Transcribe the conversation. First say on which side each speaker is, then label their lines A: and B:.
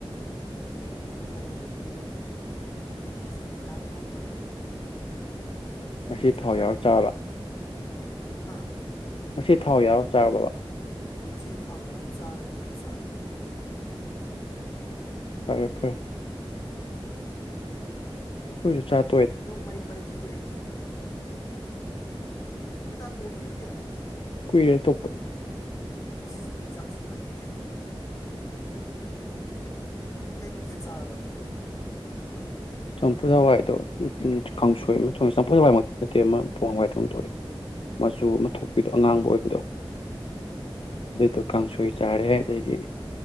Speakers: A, on the left; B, on the left.
A: ꯑꯗꯒꯤ ꯏꯕꯨꯡꯉꯣ ꯒ ꯕꯦꯝꯃꯒꯤꯅ ꯌꯦꯟ ꯀꯦꯖꯤ ꯃꯈꯥ ꯉꯧꯈ꯭ꯔꯦ ꯃꯣꯏ
B: ꯉꯁꯤ
A: ꯑꯅꯤ
B: ꯊꯥꯎ
A: ꯆꯥꯛ ꯆꯥꯔꯤ
B: ꯌꯥꯎꯔ
A: ꯌꯥꯝ
B: ꯆꯥꯔꯕ
A: ꯀꯟꯅ ꯍꯥꯥ
B: ꯉꯁꯤ ꯊꯥꯎ ꯌꯥꯎꯔ ꯆꯥꯔꯕꯕꯥ
A: ꯍꯣꯏ ꯉꯁꯤꯗꯤ ꯊꯥꯎ ꯌꯥꯎꯔꯒ ꯆꯥꯔꯒꯦꯅ ꯆꯥꯔꯦ
B: ꯐꯔꯦ ꯐꯔꯦ
A: ꯎꯝ
B: ꯍꯣꯏꯁꯨ ꯆꯠ
A: ꯅꯣꯡ ꯃꯔꯤꯛ ꯃꯔꯤꯛ ꯍꯤꯛꯂꯛꯏ ꯆꯥꯛ ꯆꯥ ꯇꯣꯛꯑꯕ ꯅꯣꯏꯗꯤ
B: ꯀꯨꯏꯔꯦ ꯇꯣꯛꯄ
A: ꯑꯁ ꯅꯣꯏ ꯆꯥꯛꯁꯤ ꯉꯜꯂꯤꯍꯦ ꯀꯩ ꯃꯊꯦꯜ ꯆꯥꯔꯕ ꯑꯗꯨꯗꯤ
B: ꯆꯝꯐꯨꯠ ꯍꯋꯥꯏꯗꯣ ꯀꯥꯡꯁꯣꯏ
A: ꯎꯝ
B: ꯑꯃ ꯊꯣꯡꯉ ꯆꯝꯐꯨꯠ ꯍꯋꯥꯏꯃꯛꯇꯤ ꯅꯠꯇꯦ ꯑꯃ ꯄꯣꯡꯍꯋꯥꯏ ꯊꯣꯛꯗꯣꯛꯏ ꯃꯆꯨ ꯑꯃ
A: ꯎꯝ
B: ꯊꯣꯛꯄꯤꯗꯣ ꯑꯉꯥꯡꯕ ꯑꯣꯏꯕꯗꯣ
A: ꯎꯝ
B: ꯑꯗꯨ ꯇꯣ ꯀꯥꯡꯁꯣꯏ ꯆꯥꯔꯦ ꯑꯗꯩꯗꯤ